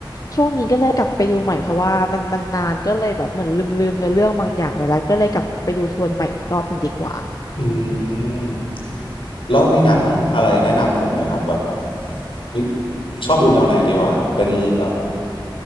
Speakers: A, on the left; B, on the left.
A: ช่วงนี้ก็เลยกลับไปดูใหม่เพราะว่ามันมันนานก็เลยแบบเหมือนลืมลืมเนื้อเรื่องบางอย่างไปแล้วก็เลยกลับไปดูทวนใหม่อีกรอบหนึ่งดีกว่า
B: อืมแล้วมีหนังอะไรแนะนำผมไหมครับแบบนี่ชอบดูแนวไหนดีกว่าเป็นแบบ